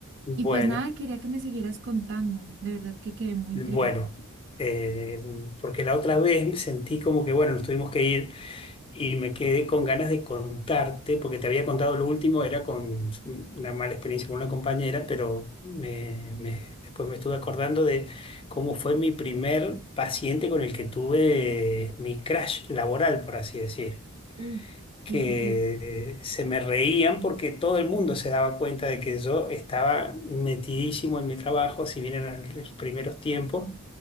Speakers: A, on the left; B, on the right.
A: Bueno,
B: y pues nada, quería que me siguieras contando, de verdad que quedé muy
A: bueno,
B: intrigada.
A: eh, porque la otra vez me sentí como que, bueno, nos tuvimos que ir y me quedé con ganas de contarte, porque te había contado lo último, era con una mala experiencia con una compañera, pero me- me- después me estuve acordando de cómo fue mi primer paciente con el que tuve mi crash laboral, por así decir.
B: Uy,
A: que
B: sí, sí, sí,
A: se me reían porque todo el mundo se daba cuenta de que yo estaba metidísimo en mi trabajo, si bien eran los primeros tiempos,